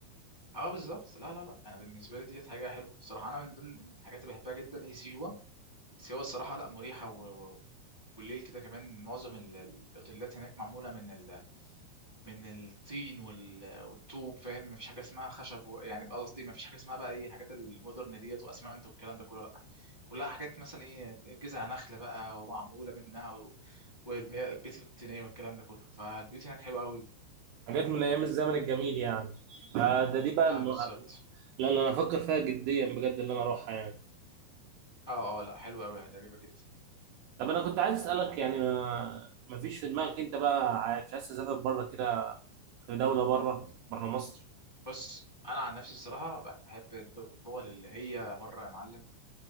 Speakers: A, in the centre; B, on the right.
A: اه بالظبط لا لا لا انا بالنسبه لي ديت حاجه حلوه الصراحه انا من ضمن الحاجات اللي بحبها جدا ايه سيوه سيوه الصراحه لا مريحه و... و... والليل كده كمان معظم ال- ال- الاوتيلات هناك معموله من ال... من الطين وال... والطوب فاهم مفيش حاجه اسمها خشب و... يعني قصدي مفيش حاجه اسمها بقى ايه الحاجات المودرن ديت واسمنت والكلام ده كله لا كلها حاجات مثلا ايه جذع نخل بقى ومعموله منها و... والبيت الطينيه والكلام ده كله فالبيوت هناك حلوه قوي
B: حاجات من أيام الزمن الجميل يعني فده دي بقى
A: اه
B: الم...
A: بالظبط
B: لا لا، أنا أفكر فيها جديا بجد اللي أنا أروحها يعني
A: اه اه لا حلوة قوي هتعجبك جدا
B: طب أنا كنت عايز أسألك يعني ما... ما فيش في دماغك أنت بقى عايز- مش عايز تسافر بره كده في دولة بره بره مصر
A: بص انا عن نفسي الصراحه بحب الدول اللي هي بره يا معلم